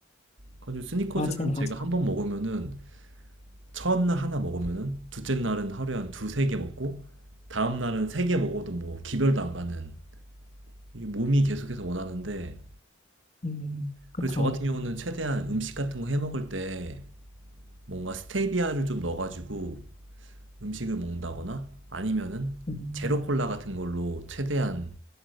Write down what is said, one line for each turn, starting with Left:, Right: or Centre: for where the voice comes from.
Right: 그래서 스니커즈는
Left: 맞아요,
Right: 제가
Left: 맞아요.
Right: 한번 먹으면은 첫날 하나 먹으면은 둘째 날은 하루에 한 두세 개 먹고 다음 날은 세개 먹어도 뭐 기별도 안 가는 이게 몸이 계속해서 원하는데
Left: 음, 그쵸.
Right: 그래서 저 같은 경우는 최대한 음식 같은 거 해 먹을 때 뭔가 스테비아를 좀 넣어가지고 음식을 먹는다거나 아니면은
Left: 음,
Right: 제로 콜라 같은 걸로 최대한